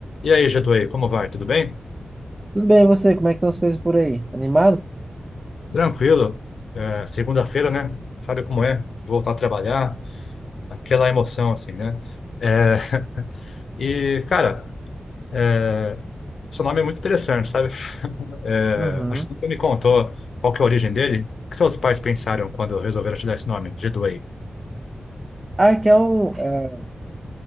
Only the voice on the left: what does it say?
E aí, Getúlio, como vai? Tudo bem?
Tranquilo. É, segunda-feira, né? Sabe como é? Voltar a trabalhar, aquela emoção, assim, né? É, <laughs> E, cara, é, seu nome é muito interessante, sabe? <laughs> É,
Acho que nunca me contou qual que é a origem dele. O que seus pais pensaram quando resolveram te dar esse nome, Getúlio?